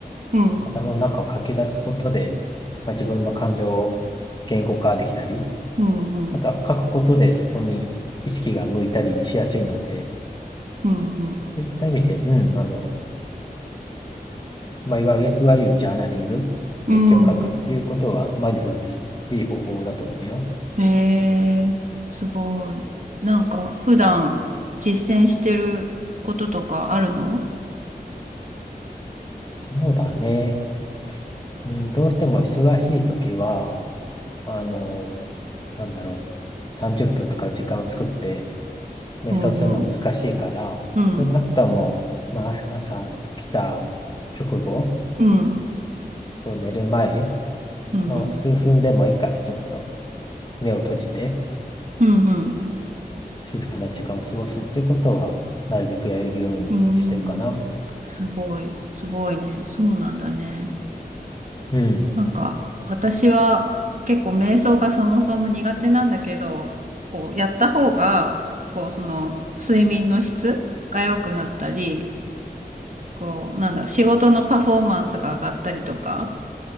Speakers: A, on the right (about 55°); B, on the left (about 30°).
A: うん。
B: 頭の中を書き出すことで、まあ、自分の感情を言語化できたり、
A: うん。うん。
B: あとは書くことでそこに意識が向いたりしやすいので、
A: う
B: そういった意味で、うん、あの、まあ、いわいわゆるジャーナリング、
A: んうん
B: 日記を書くっていうことはマインドフルネスのいい方法だと思うよ。
A: へえ、すごい。なんか、普段実践してることとかあるの
B: そうだね。うん、どうしても忙しい時は、あの、なんだろう、30分とか時間を作って瞑想するのは難しいから、
A: うんうん。うん。
B: 少なくとも、まあ、朝朝起きた直後
A: うん。
B: と寝る前
A: うん。
B: の数分でもいいから、
A: うん。
B: ちょっと目を閉じて
A: うん。うん。
B: 静かな時間を過ごすっていうことは、なるべくやるようにしてるかな。
A: うんすごい。すごいね。そうなんだね。
B: うん、
A: なんか、私は結構瞑想がそもそも苦手なんだけど、こう、やった方が、こう、その、睡眠の質が良くなったり、こう、なんだろう、仕事のパフォーマンスが上がったりとか、